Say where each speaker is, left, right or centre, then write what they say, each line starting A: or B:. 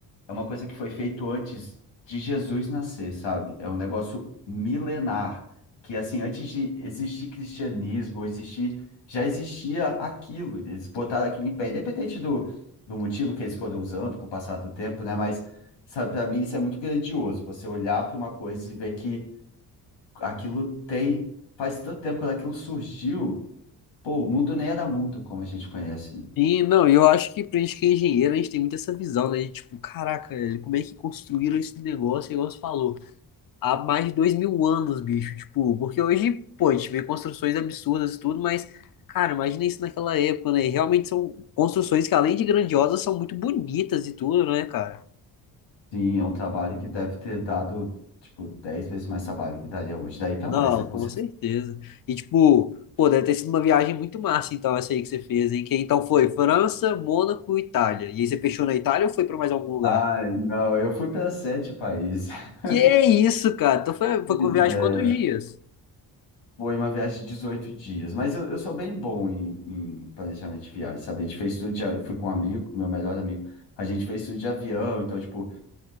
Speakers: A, on the left; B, on the left.
A: é uma coisa que foi feito antes de Jesus nascer, sabe? É um negócio milenar, que assim, antes de existir cristianismo, existir, já existia aquilo, eles botaram aquilo em pé, independente do, do motivo que eles foram usando com o passar do tempo, né? Mas, sabe, para mim isso é muito grandioso, você olhar para uma coisa e ver que aquilo tem. Faz tanto tempo quando aquilo surgiu, pô, o mundo nem era mundo como a gente conhece. né?
B: E não, eu acho que pra gente que é engenheiro, a gente tem muito essa visão, né? De, tipo, caraca, velho, como é que construíram esse negócio, igual você falou, há mais de dois mil anos, bicho. Tipo, porque hoje, pô, a gente vê construções absurdas e tudo, mas, cara, imagina isso naquela época, né? E realmente são construções que, além de grandiosas, são muito bonitas e tudo, né, cara?
A: Sim, é um trabalho que deve ter dado, tipo, 10 vezes mais trabalho que daria hoje, daí pra
B: Não,
A: mais, né? Com
B: com
A: certeza.
B: certeza. E, tipo, pô, deve ter sido uma viagem muito massa, então, essa aí que você fez, hein? Que então foi França, Mônaco, Itália. E aí você fechou na Itália ou foi pra mais algum lugar?
A: Ai, não, eu fui para sete países. <laughs>
B: Que isso, cara? Então foi,
A: Pois
B: foi com viagem
A: é,
B: quantos dias?
A: foi uma viagem de 18 dias, mas eu, eu sou bem bom em, em planejamento de viagem, sabe? A gente fez tudo de, a- eu fui com um amigo, meu melhor amigo, a gente fez tudo de avião, então, tipo,